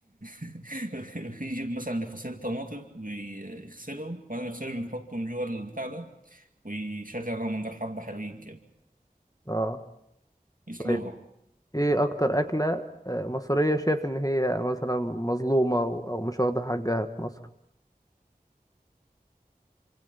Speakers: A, on the right; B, on the left.
A: <laughs> يجيب مثلا لفصين طماطم ويغسلهم وبعدين يغسلهم يحطهم جوه البتاع ده ويشغل لهم من حبة حلوين كده
B: اه
A: يسلقهم
B: طيب ايه اكتر اكله آه، مصريه شايف ان هي مثلا مظلومه او أو مش واخده حقها في مصر